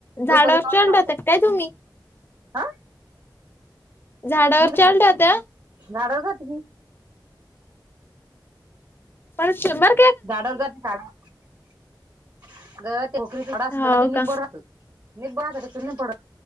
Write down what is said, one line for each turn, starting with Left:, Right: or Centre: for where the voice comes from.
Left: झाडावर
Right: दुपारी तो
Left: चढल्या
Right: आणला होता
Left: होत्या काय तुम्ही?
Right: हा
Left: झाडावर
Right: मी
Left: चढल्या होत्या?
Right: झाडावर जाते मी.
Left: <inaudible> पण शिमर.
Right: झाडा वर जाते झाडा वर <inaudible> अग ते पिंपरीच झाड असतं
Left: हाव
Right: ते
Left: का
Right: निब्बर असल. निब्बर <unintelligible>